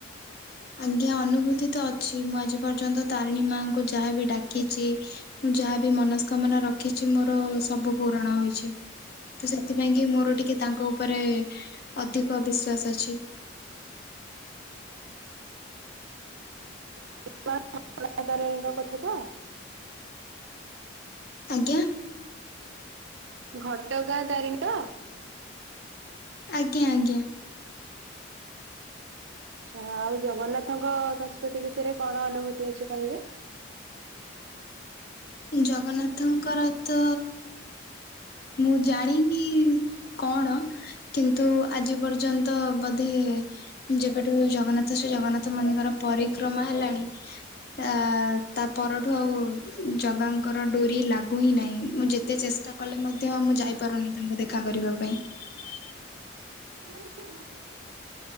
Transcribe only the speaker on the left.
ଆଜ୍ଞା ଅନୁଭୂତି ତ ଅଛି ମୁଁ ଆଜି ପର୍ଯ୍ୟନ୍ତ ତାରିଣୀ ମାଙ୍କୁ ଯାହାବି ଡାକିଛି। ମୁଁ ଯାହାବି ମନସ୍କାମନା ରଖିଛି ମୋର ସବୁ ପୂରଣ ହୋଇଛି। ତ ସେଥିପାଇଁ କି ମୋର ଟିକେ ତାଙ୍କ ଉପରେ ଅଧିକ ବିଶ୍ଵାସ ଅଛି। <inaudible>
ଆଜ୍ଞା
ଆଜ୍ଞା ଆଜ୍ଞା
ଜଗନ୍ନାଥଙ୍କର ତ ମୁଁ ଜାଣିନି କଣ କିନ୍ତୁ। ଆଜି ପର୍ଯ୍ୟନ୍ତ ବୋଧେ ଯେବେଠୁ ଜଗନ୍ନାଥ ଶ୍ରୀ ଜଗନ୍ନାଥ ମାନେକର ପରିକ୍ରମା ହେଲାଣି। ଆ ତା ପରଠୁ ଆଉ ଜଗାଙ୍କର ଡୋରି ଲାଗୁ ହିଁ ନାହିଁ ମୁଁ ଯେତେ ଚେଷ୍ଟା କଲେ ମଧ୍ୟ ମୁଁ ଯାଇପାରୁନି ତାଙ୍କୁ ଦେଖା କରିବା ଯବ ପାଇଁ।